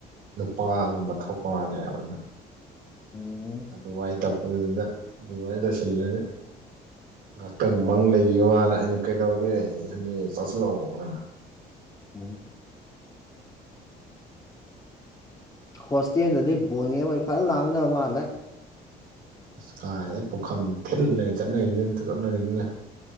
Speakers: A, on the right; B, on the left.
A: ꯅꯨꯄꯥꯒꯨꯝꯕ ꯊꯣꯛꯄ ꯃꯥꯜꯂꯑꯕꯅ
B: ꯎꯝ
A: ꯑꯗꯨꯋꯥꯏ ꯇꯛꯄꯗꯨꯗ ꯑꯗꯨꯋꯥꯏ ꯂꯣꯏꯁꯤꯜꯂꯒꯦ ꯉꯥꯏꯍꯥꯛꯇꯪ ꯃꯪ ꯂꯩꯌꯨꯅ ꯑꯩꯅ ꯀꯩꯗꯧꯔꯒꯦ ꯁꯟꯗꯦ ꯆꯥꯁꯤꯜꯂꯛꯑꯣꯅ
B: ꯎꯝ ꯍꯣꯁꯇꯦꯜꯗꯗꯤ ꯕꯣꯅꯦꯕ ꯏꯐꯜ ꯂꯥꯡꯗꯅꯕ ꯃꯥꯜꯂꯦ
A: ꯑꯁ ꯀꯥꯏꯗ ꯄꯨꯈꯝ ꯊꯤꯜꯂꯦ ꯆꯠꯅꯔꯤꯁꯤꯅ ꯑ ꯆꯠꯅꯔꯤꯁꯤꯅ